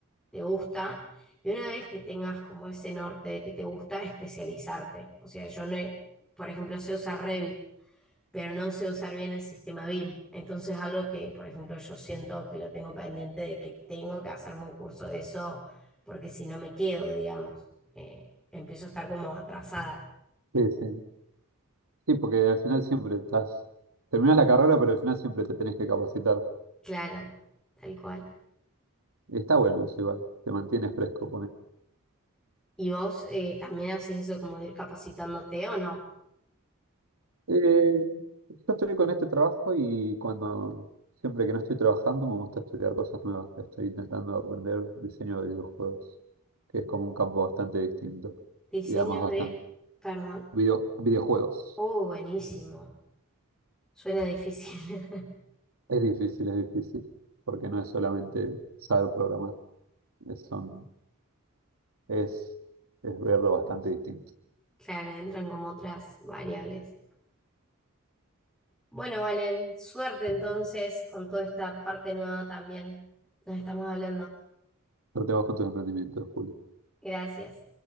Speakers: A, in the centre; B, on the right.
A: te gusta, y una vez que tengas como ese norte de que te gusta, especializarte. O sea, yo no, he- por ejemplo, sé usar Revit, pero no sé usar bien el sistema BIM. Entonces, algo que, por ejemplo, yo siento que lo tengo pendiente de que tengo que hacerme un curso de eso, porque si no me quedo, digamos, eh, empiezo a estar como atrasada.
B: Sí, sí. Sí, porque al final siempre estás, terminás la carrera, pero al final siempre te tenés que capacitar.
A: Claro, tal cual.
B: Está bueno eso igual, te mantiene fresco,
A: ¿Y vos eh, también haces eso como de ir capacitándote o no?
B: Eh, yo estoy con este trabajo y cuando siempre que no estoy trabajando me gusta estudiar cosas nuevas. Estoy intentando aprender diseño de videojuegos, que es como un campo bastante distinto
A: Diseño
B: y además bastante
A: de, perdón.
B: video- videojuegos.
A: Oh, buenísimo. Suena difícil. <laughs>
B: Es difícil, es difícil, porque no es solamente saber programar, es, son, es, es verlo bastante distinto.
A: Claro, entran como otras variables. Bueno, Valen, suerte entonces con toda esta parte nueva también. Nos estamos hablando.
B: Pero te vas con tus emprendimientos, Julio.
A: Gracias.